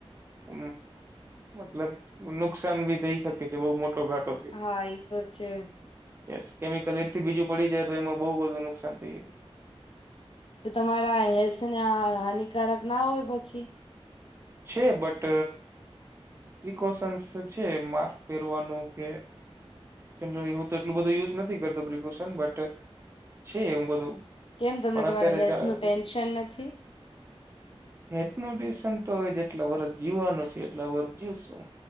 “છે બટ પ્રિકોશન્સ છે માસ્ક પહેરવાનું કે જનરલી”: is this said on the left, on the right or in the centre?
Right